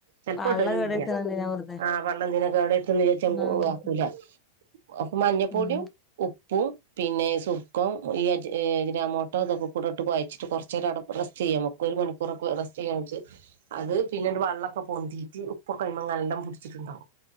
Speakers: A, on the right; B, on the left.
A: ചെലപ്പൊ
B: പള്ള
A: ടലും
B: കേടരുത്തണ
A: ഇല്ല.
B: എന്തിനാ വെറുതെ
A: ആഹ പള്ളെന്തിനാ കേടെര്ത്ത്ണെ? വിജാരിച്
B: ആഹ്
A: ഒഴിവാക്കൂല അപ്പൊ മഞ്ഞപ്പൊടിയും
B: ഉം
A: ഉപ്പും. പിന്നെ സുർക്കം ഈ അജ്ജ് അജ്നാമോട്ടോ ഇതൊക്കെ കൂടെ ഇട്ട് കോയച്ചിട്ട് കുറച്ച് നേരം അവിടെ റെസ്റ്റ് ചെയ്യാൻ വെക്കും. ഒരു മണിക്കൂറൊക്കെ റസ്റ്റ് ചെയ്യായാവേ ച്ച് അത് പിന്നെ വെള്ളൊക്കെ പൊന്തീട്ട് ഉപ്പൊകേ നല്ലോണം പിടിച്ചിട്ടുണ്ടാകും